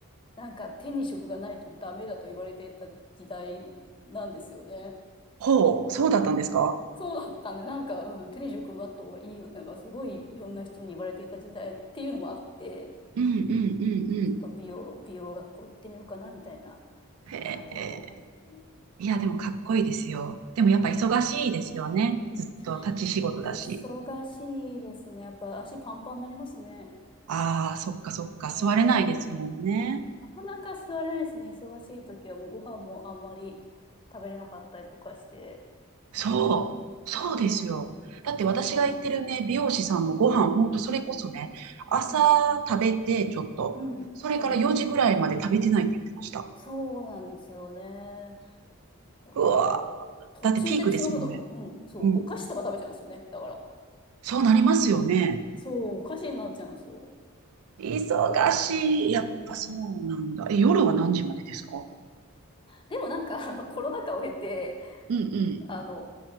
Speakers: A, on the left; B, on the right.
A: なんか手に職がないとダメだと言われていた時代なんですよね。
B: ほう、そうだったんですか
A: そうだったんで、なんか、うん、手に職奪った方がいいよって、なんかすごいいろんな人に言われていた時代っていうのもあって、
B: うんうんうんう
A: ちょっと美容、美容学校行ってみようかなみたいな
B: ん。へえ、
A: 感じになりましたね。
B: いや、でもかっこいいですよ。でもやっぱ忙しいですよね。
A: うん。
B: ずっと立ち仕事だし。
A: 忙しいですね。やっぱ足パンパンになりますね。
B: ああ、そっかそっか、座れないですもんね。
A: うん。なかなか座れないですね。忙しい時はもうご飯もあんまり食べれなかったりとかして。
B: そう、そうですよ。
A: うん、
B: だって私が行ってるね、
A: そうなんですよ。
B: 美容師さんもご飯、ほんとそれこそね、
A: うん、
B: 朝食べてちょっと、
A: うん、うん。
B: それから4時ぐらいまで食べてないって言ってました。
A: はいはい。そうなんですよね。だから、
B: うわー、
A: 途中でつまむの、
B: だってピークですもんね。
A: うん、そう、
B: うん、
A: お菓子とか食べちゃうんですよね。だから、
B: そうなりますよね。
A: そう、お菓子になっちゃうんですよ。
B: 忙しい。やっぱそうなんだ。
A: うん。
B: え、夜は何時までですか
A: でもなんか、あの、コロナ禍を経て、
B: うんうん。
A: あの、